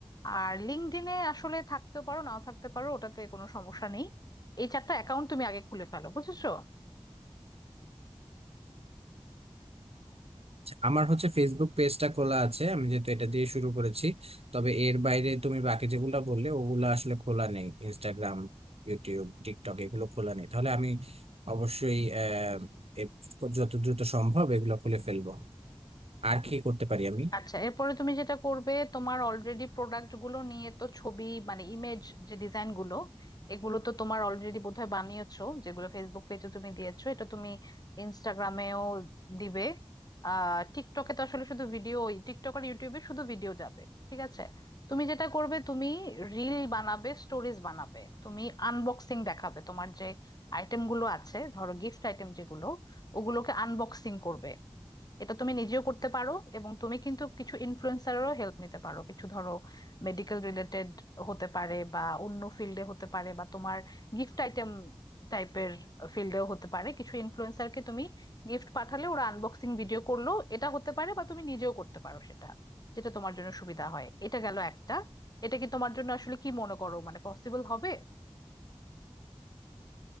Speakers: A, on the left; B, on the right.
A: আর লিঙ্কডইনে আসলে থাকতেও পারো নাও থাকতে পারো ওটাতে কোনো সমস্যা নেই এই চারটা অ্যাকাউন্ট তুমি আগে খুলে ফেলো বুঝেছো
B: আমার হচ্ছে ফেসবুক পেজটা খোলা আছে আমি যেহেতু এটা দিয়ে শুরু করেছি তবে এর বাইরে তুমি বাকি যেগুলো বললে ওগুলো আসলে খোলা নেই ইনস্টাগ্রাম ইউটিউব টিকটক এগুলো খোলা নেই তাহলে আমি অবশ্যই আহ এ- যত দ্রুত সম্ভব এগুলো খুলে ফেলবো আর কি করতে পারি আমি
A: আচ্ছা এরপরে তুমি যেটা করবে তোমার অলরেডি প্রোডাক্ট গুলো নিয়ে তো ছবি মানে ইমেজ যে ডিজাইন গুলো এগুলো তো তোমার অলরেডি বোধহয় বানিয়েছো যেগুলো ফেসবুক পেজে তুমি দিয়েছো এটা তুমি ইনস্টাগ্রামেও দিবে আহ টিকটকে তো আসলে শুধু ভিডিও টিকটক আর ইউটিউবে শুধু ভিডিও যাবে ঠিক আছে তুমি যেটা করবে তুমি রিল বানাবে স্টোরিজ বানাবে তুমি আনবক্সিং দেখাবে তোমার যে আইটেম গুলো আছে ধরো গিফট আইটেম যেগুলো ওগুলোকে আনবক্সিং করবে এটা তুমি নিজেও করতে পারো এবং তুমি কিন্তু কিছু ইনফ্লুয়েন্সারেরও হেল্প নিতে পারো কিছু ধরো মেডিকেল রিলেটেড হতে পারে বা অন্য ফিল্ডে হতে পারে বা তোমার গিফট আইটেম টাইপের ফিল্ডেও হতে পারে কিছু ইনফ্লুয়েন্সারকে তুমি গিফট পাঠালে ওরা আনবক্সিং ভিডিও করলো এটা হতে পারে বা তুমি নিজেও করতে পারো সেটা যেটা তোমার জন্য সুবিধা হয় এটা গেল একটা এটা কি তোমার জন্য আসলে কি মনে করো মানে পসিবল হবে